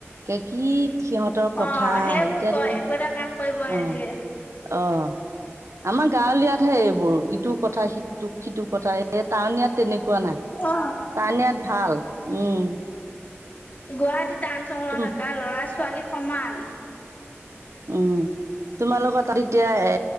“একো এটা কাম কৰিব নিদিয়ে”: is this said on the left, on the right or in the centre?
Left